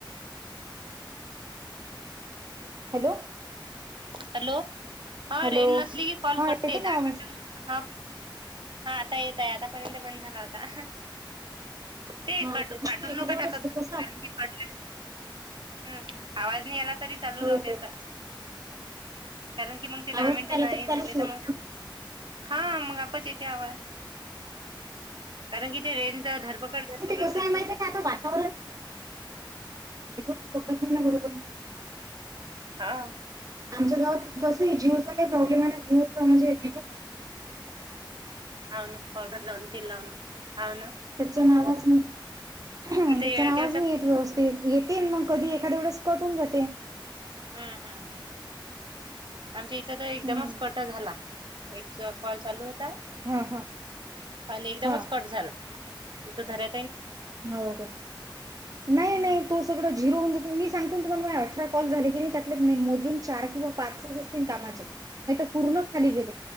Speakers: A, on the right; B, on the right.
A: हॅलो
B: हॅलो हा
A: हॅलो
B: रेंज नसली की कॉल
A: हा
B: कटते
A: येते का
B: दहा
A: आवाज
B: मिनट हा हा आता येतय आतापर्यंत बंद झाला होता ते
A: हो
B: का
A: काय
B: काटून
A: ते एखाद्या
B: नको
A: वेळेस
B: टाकत जाऊ
A: कसं
B: कारण की कट हम्म आवाज नाही आला तरी चालू
A: हो
B: राहू
A: काय
B: द्याचा कारण की मग ते दहा
A: आवाज
B: मिनिट
A: आला
B: नाही
A: चालू
B: झाले
A: ठेवावा
B: तर मग
A: लागते ना
B: हा मग आपच येते आवाज कारण कि ते रेंचा धरपकड धरपकड
A: हो ते कसं
B: करते
A: आहे माहिती
B: ना.
A: आहे का आता वातावरण पकत नाही ना बरोबर.
B: हा.
A: स जिओचा काही प्रॉब्लेम आहे जिओ म्हणजे नेटमंग
B: अन पावडर लावून अन्.
A: त्याच्या नावाच नाही.
B: इथे
A: त्याच
B: एअरटेलचा
A: नावाज नाही येत व्यवस्थित येते मग कधी एखाद्या वेळेस कटून जाते.
B: हम् हम हम आमच्या इथं तर एकदमच
A: हम्म
B: कट झाला. एक च कॉल चालू होता
A: हा हा
B: आणि एकदमच
A: हा
B: कट झाला. घर्या
A: हो का नाही
B: हम्म.
A: नाही तो सगळ झिरो होऊन जातो मी सांगतो तुम्हाला अठरा कॉल झाली. त्या मोजून चार किंवा पाच असतील कामाचे नाही तर पूर्ण खाली गेले